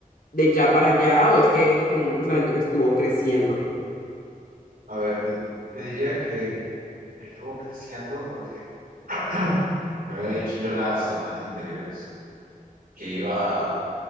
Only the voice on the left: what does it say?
de ya para allá o es que es como un pensamiento que estuvo creciendo?